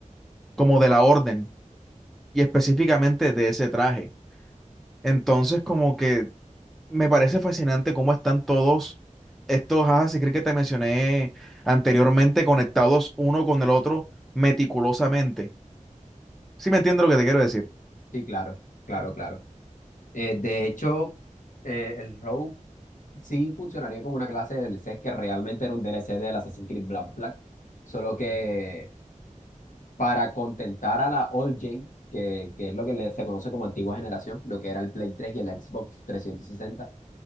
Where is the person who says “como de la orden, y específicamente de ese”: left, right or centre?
Centre